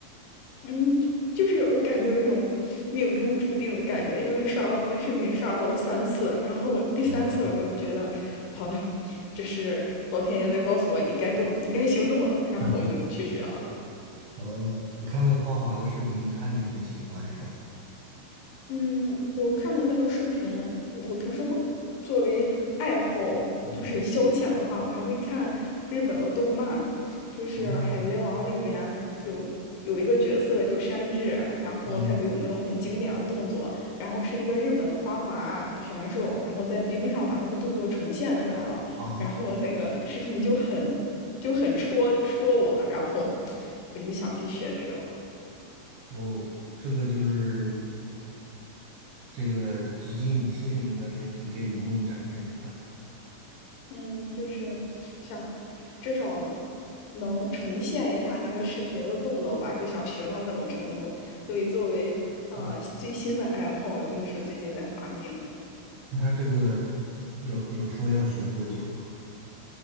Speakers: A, on the left; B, on the right.
A: 嗯，就就是我感觉有一种命中注定的感觉，因为刷到那个视频刷到了三次，然后第三次我就觉得，
B: 哦
A: 好的，这是老天爷在告诉我你该动，你该行动了，然后我就去学了。
B: <laughs> 哦，你看那个花滑的视频，一看就很喜欢，是吧？
A: 嗯，我看的那个视频，我平时会作为爱好就是消遣的话，
B: 嗯，
A: 我还会看日本的动漫，就是《海贼王》里面有有一个角色叫山治，
B: 哦，
A: 然后他就有那种很经典的动作，
B: 嗯，
A: 然后是一个日本的花滑选手，然后在冰上把那个动作重现出来了，
B: 啊，
A: 然后那个视频就很就很戳戳我，然后我就想去学这个了
B: 哦，这个就是这个直击你心灵的这这这一幕展现出来了。
A: 嗯，就是想至少能重现一下那个视频的动作吧，就想学到那种程度。所以作为呃最新的爱好，
B: 嗯，
A: 就是最近在滑冰。
B: 他这个有有说要学多久吗？